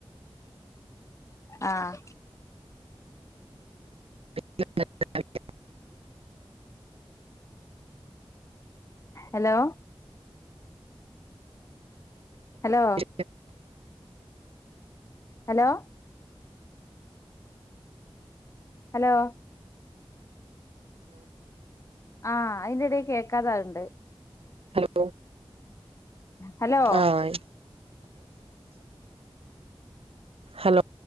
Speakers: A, on the left (about 30°); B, on the right (about 70°).
A: ആഹ്.
B: <unintelligible>
A: ഹലോ ഹലോ
B: <inaudible>
A: ഹലോ ഹലോ ആഹ് അയ്ന്റെടേ കേക്കാതാവ്ണ്ട്.
B: ഹലൊ
A: ഹലോ
B: ആഹ് ഹലോ